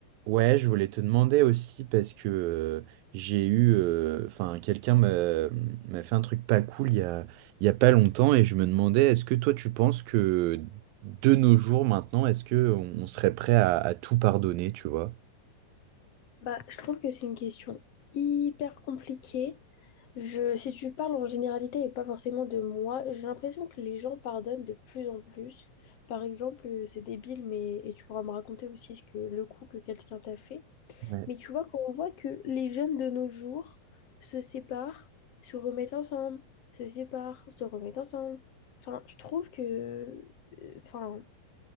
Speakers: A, on the right; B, on the left.
A: Ouais, je voulais te demander aussi parce que euh, j'ai eu, euh, enfin, quelqu'un m'a m'a fait un truc pas cool il y a, il y a pas longtemps et je me demandais, est-ce que toi tu penses que de nos jours maintenant, est-ce que on on serait prêt à, à tout pardonner, tu vois?
B: Bah, je trouve que c'est une question hyper compliquée. Je, si tu parles en généralité et pas forcément de moi, j'ai l'impression que les gens pardonnent de plus en plus. Par exemple, euh, c'est débile, mais et tu pourras me raconter aussi ce que le coup que quelqu'un t'a fait.
A: Ouais,
B: Mais tu vois, quand on voit que les jeunes de nos jours se séparent, se remettent ensemble, se séparent, se remettent ensemble. Enfin, je trouve que, euh, enfin,